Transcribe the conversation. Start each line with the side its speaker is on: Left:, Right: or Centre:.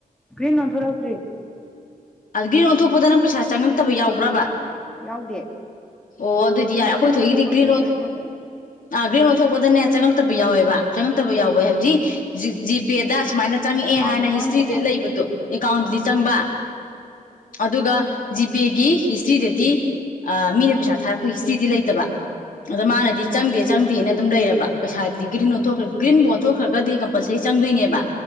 Centre: ꯒ꯭ꯔꯤꯟ ꯑꯣꯟꯊꯣꯔꯛꯇ꯭ꯔꯤ
Left: ꯑꯗ ꯒ꯭ꯔꯤꯟ ꯑꯣꯟꯊꯣꯛꯄꯗ ꯅꯪ ꯄꯩꯁꯥ ꯆꯪꯉꯛꯇꯕ ꯌꯥꯎꯕ꯭ꯔꯥꯕ
Centre: ꯌꯥꯎꯗꯦ
Left: ꯑꯣ ꯑꯗꯣꯏꯗꯤ ꯌꯥꯔꯦ ꯑꯩꯈꯣꯏ
Centre: ꯒ꯭ꯔꯤꯟ
Left: ꯊꯣꯏꯒꯤꯗꯤ
Centre: ꯑꯣꯟꯊꯣꯛꯄꯗꯗꯤ
Left: ꯒ꯭ꯔꯤꯟ ꯑꯣꯟ
Centre: ꯂꯣꯏ ꯆꯪꯉꯦ
Left: ꯑꯥ ꯒ꯭ꯔꯤꯟ ꯑꯣꯟꯊꯣꯛꯄꯗꯅꯦ ꯆꯪꯉꯛꯇꯕ ꯌꯥꯎꯋꯦꯕ ꯆꯪꯉꯛꯇꯕ ꯌꯥꯎꯕꯩ ꯍꯥꯏꯕꯗꯤ ꯖꯤ ꯖꯤꯄꯦꯗ ꯁꯨꯃꯥꯏꯅ ꯆꯪꯉꯛꯑꯦ
Centre: ꯑꯦꯀꯥꯎꯟꯗ
Left: ꯍꯥꯏꯅ
Centre: ꯆꯪꯗꯕ
Left: ꯍꯤꯁꯇ꯭ꯔꯤꯗ ꯂꯩꯕꯗꯣ ꯑꯦꯀꯥꯎꯟꯗꯗꯤ ꯆꯪꯕ ꯑꯗꯨꯒ ꯖꯤꯄꯦꯒꯤ ꯍꯤꯁꯇ꯭ꯔꯤꯗꯗꯤ ꯑ ꯃꯤꯅ ꯄꯩꯁꯥ ꯊꯥꯔꯛꯄꯩ ꯍꯤꯁꯇ꯭ꯔꯤꯗꯤ ꯂꯩꯇꯦ ꯠꯇꯕ
Centre: ꯎꯝ
Left: ꯑꯗ ꯃꯥꯅꯗꯤ ꯆꯪꯗꯦ ꯆꯪꯗꯦꯅ ꯑꯗꯨꯝ ꯂꯩꯔꯕ ꯄꯩꯁꯥꯁꯤꯗꯤ ꯒ꯭ꯔꯤꯟ ꯑꯣꯟꯊꯣꯛꯈ꯭ꯔ ꯒ꯭ꯔꯤꯟꯕꯨ ꯑꯣꯟꯊꯣꯛꯈ꯭ꯔꯒꯗꯤ ꯀꯝꯄꯜꯁꯔꯤ ꯆꯪꯗꯣꯏꯅꯦꯕ